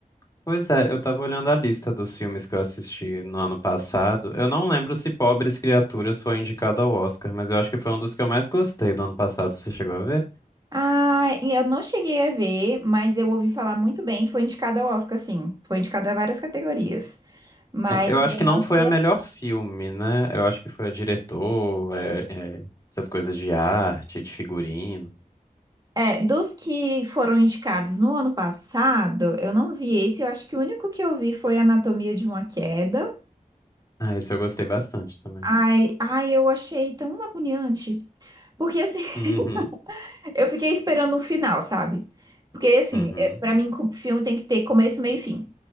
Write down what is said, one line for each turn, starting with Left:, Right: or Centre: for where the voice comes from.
Left: Pois é, eu tava olhando a lista dos filmes que eu assisti no ano passado. Eu não lembro se Pobres Criaturas foi indicado ao Oscar, mas eu acho que foi um dos que eu mais gostei do ano passado. Você chegou a ver?
Right: Ah, eu não cheguei a ver, mas eu ouvi falar muito bem. Foi indicado ao Oscar, sim. Foi indicado a várias categorias. Mas
Left: É, eu acho
Right: eu
Left: que
Right: não
Left: não
Right: cheguei
Left: foi a melhor
Right: a...
Left: filme, né? Eu acho que foi a diretor, é, é, essas coisas de arte, de figurino.
Right: É, dos que foram indicados no ano passado, eu não vi esse. Eu acho que o único que eu vi foi Anatomia de uma Queda.
Left: Ah, esse eu gostei bastante também.
Right: Ai, ai, eu achei tão agoniante. Porque assim,
Left: Uhum,
Right: <laughs> eu fiquei esperando o final, sabe? Porque assim,
Left: uhum,
Right: é- pra mim, co- filme tem que ter começo, meio e fim.